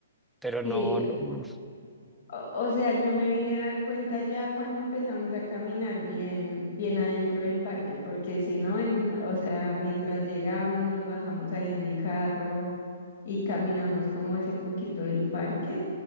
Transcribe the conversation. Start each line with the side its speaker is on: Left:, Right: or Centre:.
Centre: Pero
Left: Sí,
Centre: no, no, no.
Left: o, o sea, yo me vine a dar cuenta ya cuando empezamos a caminar bien, bien adentro del parque, porque si no, en, o sea, mientras llegábamos, nos bajamos ahí en el carro y caminamos como ese poquito del parque.